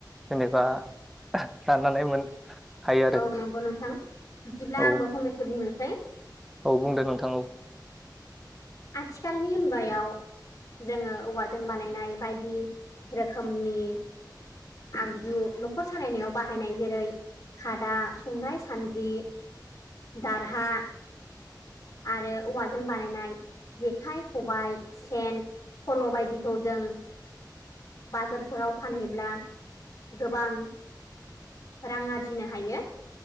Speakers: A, in the centre; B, on the left (about 50°).
A: जेनेबा दाननानै मोन हायो आरो
B: औ नंगौ नोंथां बिदिब्ला
A: औ
B: आंबो फंनैसो बुंनोसै।
A: औ बुंदो नोंथां औ
B: आजखालनि मुगायाायाव जोङो औवाजों बानायनाय बायदि रोखोमनि आगजु न'खर सालायनायाव बाहायनाय जेरै- खादा संगाय सान्द्रि दारहा आरो औवाजों बानायनाय जेखाइ खबाय सेन फल' बायदिखौ जों बाजारफोराव फानहैब्ला गोबां रां आरजिनो हायो